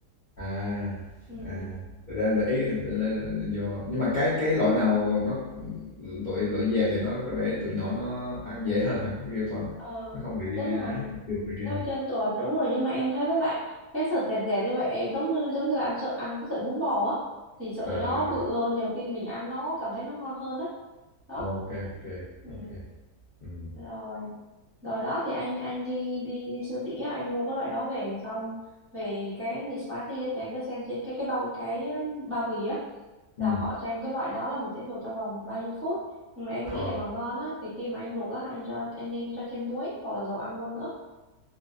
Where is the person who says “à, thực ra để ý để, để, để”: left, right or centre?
Left